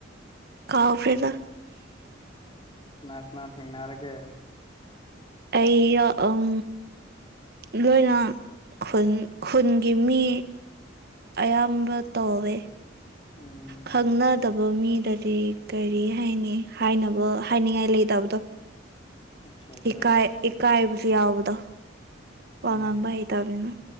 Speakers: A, on the right (about 55°); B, on the left (about 25°).
A: ꯀꯥꯎꯥꯎꯔꯦꯗ
B: ꯉꯅꯥꯠꯅꯥ ꯊꯦꯡꯅꯔꯒꯦ
A: ꯑꯩ ꯎꯝ ꯂꯣꯏꯅ ꯈꯨꯟ ꯈꯨꯟꯒꯤ ꯃꯤ ꯑꯌꯥꯝꯕ ꯇꯧꯋꯦ
B: ꯎꯝ
A: ꯈꯪꯅꯗꯕ ꯃꯤꯗꯗꯤ ꯀꯔꯤ ꯍꯥꯏꯅꯤ ꯍꯥꯏꯅꯕ ꯍꯥꯏꯅꯤꯡꯉꯥꯏ ꯂꯩꯇꯕꯗꯣ
B: ꯑꯆꯥ ꯑꯆꯥ
A: ꯏꯀꯥꯏ ꯏꯀꯥꯏꯕꯁꯨ ꯌꯥꯎꯕꯗꯣ
B: ꯎꯝ
A: ꯋꯥ ꯉꯥꯡꯕ ꯍꯩꯇꯕꯅꯤꯅ